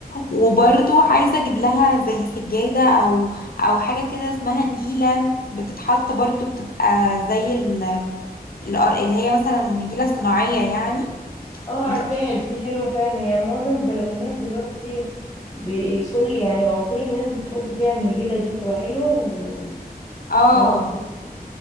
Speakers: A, on the left; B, on the left.
A: وبرضو عايزة اجيب لها زي سجادة او او حاجة كده اسمها نجيلة بتتحط برضو بتبقى زي ال... الأر- اللي هي مثلا نجيلة صناعية يعني
B: اه عارفاها
A: بت...
B: دي حلوة فعلا يعني معظم البلكونات دلوقتي بكل يعني او كل الناس بتحط فيها النجيلة دي بتبقى حلوة و...
A: اه
B: ولطيفة